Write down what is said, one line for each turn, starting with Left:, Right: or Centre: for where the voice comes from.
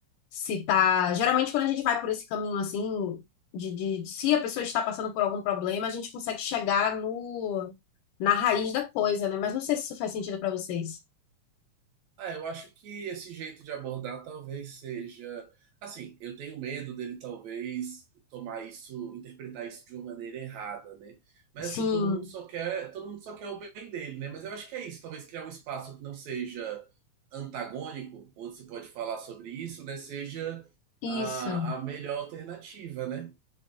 Left: se tá. Geralmente, quando a gente vai por esse caminho assim, de, de de se a pessoa está passando por algum problema, a gente consegue chegar no na raiz da coisa, né? Mas não sei se isso faz sentido pra vocês.
Right: Ah, eu acho que esse jeito de abordar talvez seja. Assim, eu tenho medo dele talvez tomar isso, interpretar isso de uma maneira errada, né? Mas
Left: Sim,
Right: assim, todo mundo só quer, todo mundo só quer o bem dele, né? Mas eu acho que é isso, talvez criar um espaço que não seja antagônico, onde se pode falar sobre isso, né? Seja
Left: isso.
Right: a, a melhor alternativa, né?